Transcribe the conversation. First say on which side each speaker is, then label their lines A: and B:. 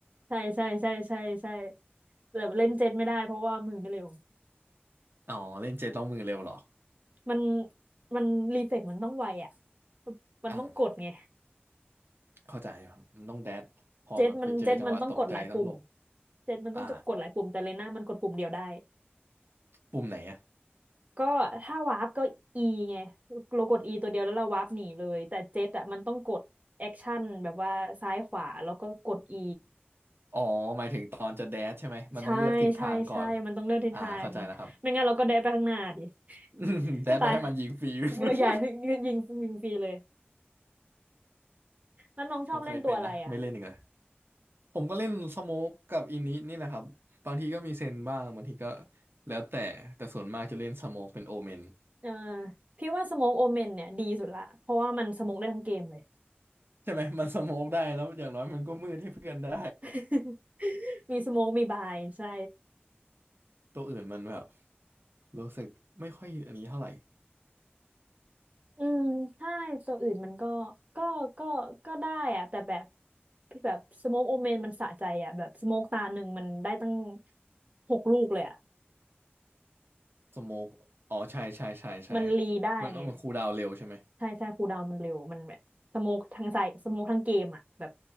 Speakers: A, on the right; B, on the right.
A: ใช่ใช่ใช่ใช่ใช่แต่เล่นเจ็ตไม่ได้เพราะว่ามือไม่เร็ว
B: อ๋อเล่นเจต้องมือเร็วเหรอ
A: มันมันรีเฟกมันต้องไวอ่ะมันต้องกดไง
B: อ่า เข้าใจครับ มันต้องแดดพอแบบไปเจอจังหวะตกใจต้องหลบ
A: เจ็ตมันเจ็ตมันต้องกดหลายปุ่มเจ็ตมันต้องจะกดหลายปุ่มแต่เลน่ามันกดปุ่มเดียวได้
B: อ่าปุ่มไหนอะ
A: ก็ถ้าวาร์ปก็ E ไงเรากด E ตัวเดียวแล้วเราวาร์ปหนีเลยแต่เจ็ตอ่ะมันต้องกดแอคชั่นแบบว่าซ้ายขวาแล้วก็กด E
B: อ๋อหมายถึงตอนจะแดดใช่ไหมมันต้องเลือกทิศทางก่อน
A: ใช่ใช่ใช่มันต้องเลือกทิศทางไม่งั้นเราก็เดนไปข้างหน้าดิ
B: อ่าเข้าใจแล้วครับ <laughs> แดดไปให้มันยิงฟรี
A: ก็ตาย <laughs> ใหญ่ยิงยิงฟรีเลย
B: <laughs>
A: แล้วน้องชอบเล่นตัวอะไรอ่ะ
B: ผมเคยเป็นนะ ไม่เล่นอีกเลย ผมก็เล่นสโมกกับอินินี่แหละครับ บางทีก็มีเซนบ้าง บางทีก็ แล้วแต่ แต่ส่วนมากจะเล่นสโมกเป็นโอเมน
A: เออพี่ว่าสโมกโอเมนเนี่ยดีสุดละเพราะว่ามันสโมกได้ทั้งเกมเลย
B: ใช่ไหมมันสโมกได้แล้วอย่างน้อยมันก็มืดให้เพื่อนได้
A: <laughs> มีสโมกมีบายใช่
B: ตัวอื่นมันแบบรู้สึกไม่ค่อยอันนี้เท่าไหร่
A: อืมใช่ตัวอื่นมันก็ก็ก็ก็ได้อะแต่แบบพี่แบบสโมกโอเมนมันสะใจอะแบบสโมกตาหนึ่งมันได้ตั้งหกลูกเลยอะ
B: สโมกอ๋อใช่ใช่ใช่ใช่
A: มันรีได้ไง
B: มันมันคูลดาวน์เร็วใช่ไหม
A: ใช่ใช่คูลดาวน์มันเร็วมันแบบสโมกทั้งใส่สโมกทั้งเกมอะแบบ